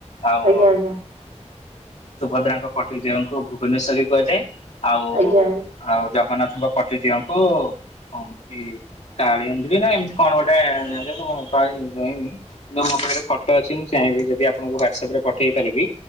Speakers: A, on the left (about 65°); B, on the right (about 80°).
A: ଆଉ।
B: ଆଜ୍ଞା ଆଜ୍ଞା
A: ସୁଭଦ୍ରାଙ୍କ କଟ ଦେଙ୍କୁ ଭୁବନେଶ୍ଵେରୀ ବି କୁହାଯାଏ ଆଉ
B: ଆଜ୍ଞା
A: ଆଉ ଜଗନ୍ନାଥଙ୍କ ପ୍ରତିଟିିଅଙ୍କୁ ହମତି କାଳି ହନ୍ଧି ନା ଏମିତି କଣ ଗୋଟେ ନାଁ ଟେ ମୁଁ କହିବି। ଯାଇନି କିନ୍ତୁ ମୋ ପାଖରେ ଫଟୋ ଅଛି ମୁଁ ଚାହିଁବି ଯଦି ଆପଣଙ୍କୁ ହ୍ୱାଟସଆପ ରେ ପଠେଇ ପାରିବି।